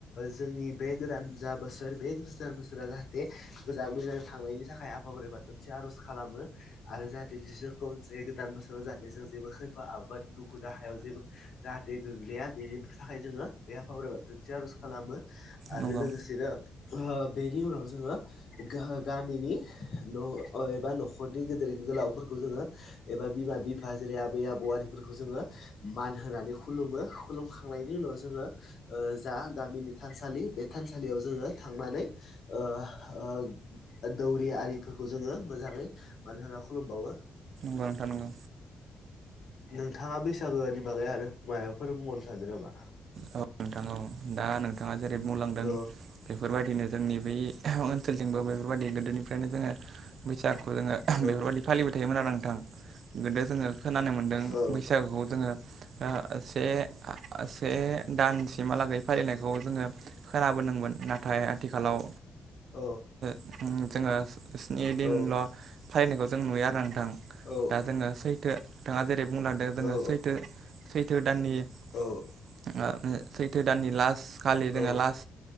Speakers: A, on the left (about 60°); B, on the right (about 65°).
A: जोंनि बे गोदान जा बोसोर बे गोजान फोरा जाहाथे मोजाङै मोजां थांनायनि थाखाय आफा बोराइ बाथौनसे आर'ज खालामो आरो जाहाथे बिसोर खौ जे गोदान बोसोराव जाहाथे जों जेबो खैफा आबाद दुखु दाहायाव जेबो जाहाथे गोग्लैया बेनि थाखाय जोङो बे आफा बोराइबा थुनसे आर'ज खालामो आरो
B: नंगौ
A: लोगोसेनो ओ बेनि उनाव जोङो गामिनि न' एबा न'खरनि गिदिर गोलावफोरखौ जोङो एबा बिमा बिफा जेरै आबै आबौ जोङो मान होनानै खुुलुमो खु लुमखांनायनि उनाव जोङो जा गामिनि थानसालि बे थानसालियाव जोङो थांनानै ओ ओ दौरि आरिफोरखौ जोङो मोजाङै मानो होना खुलुमबावो
B: बां थानग
A: नोंथाङा बैसागोनि बागै आरो माबाफोर बुंबावनो सानदों नामा
B: औ नोंथां औ दा नोंथाङा जेरै बुंलांदों
A: औ
B: बेफोरबायदिनो जोंनि बै ओनसोलजोंंबो बेफोरबायादि गोदोनिफ्रायनो जोङो बैसागुखौ जोङो
A: औ
B: बेफोरबायदि फालिबाय थायोमोन आरो नोंथां गोदो जोङो खोनानो मोन्दों
A: औ
B: बैसागुखौ जोङो से से दानसिमहालागै फालिनाय खौ जोङो खोनाबोदोंमोन नाथाय आथिखालाव
A: औ
B: जोङो स्नि दिनल'
A: औ
B: फालिनायखौ जों नुयो आरो नोंथां
A: औ
B: दा जोङो सैथो बिथाङा जेरै बुंलांदों जोङो
A: औ
B: सैथो सैथो सैथो
A: औ
B: दाननि लास खालि जोङो
A: औ
B: लास